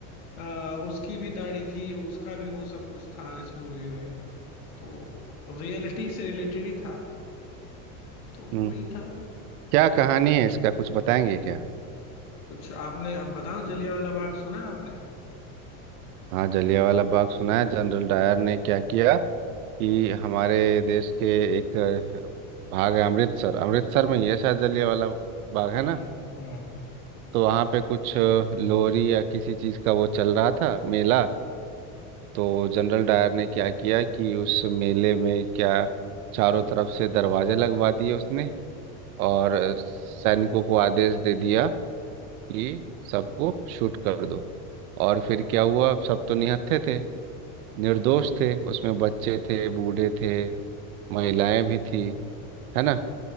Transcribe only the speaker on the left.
आ, उसकी भी दाढ़ी थी उसका भी वो सब कुछ था इस मूवी में तो रियलिटी से रिलेटेड ही था तो
वही था
कुछ आपने अब बताओ जलियांवाला बाग सुना है आपने
हम्म हम्म